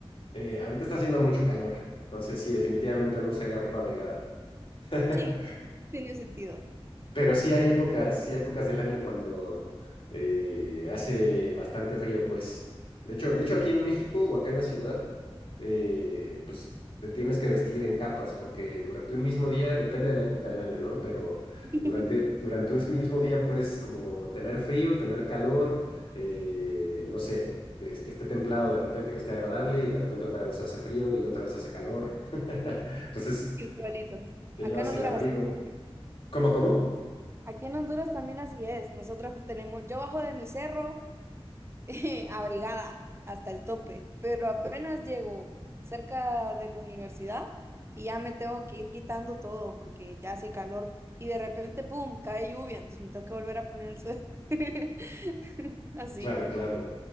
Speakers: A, on the left; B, on the right.
A: eh, ahorita está haciendo mucho calor, entonces sí, definitivamente no usaría ropa abrigada. <laughs>
B: Sí, tiene sentido.
A: Pero sí
B: Eh,
A: hay épocas, sí hay épocas del año cuando eh, hace bastante frío, pues. De hecho, de hecho, aquí en México o acá en la ciudad, eh, pues te tienes que vestir en capas, porque durante un mismo día, depende de la época del año, ¿no? Pero
B: <laughs>
A: durante, durante un mismo día puedes como tener frío, tener calor, eh, no sé, es que esté templado de repente, que esté agradable, y de repente otra vez hace frío y otra vez hace calor. <laughs> Entonces,
B: Igualito.
A: te
B: Acá
A: llevas
B: en Honduras
A: el abrigo.
B: así. es.
A: ¿Cómo, cómo?
B: Aquí en Honduras también así es. Nosotros tenemos, yo bajo de mi cerro <laughs> eh, abrigada hasta el tope, pero apenas llego cerca de la universidad y ya me tengo que ir quitando todo porque ya hace calor y de repente, ¡pum!, cae lluvia, entonces me tengo que volver a poner el suéter. <laughs> Así,
A: Claro, claro.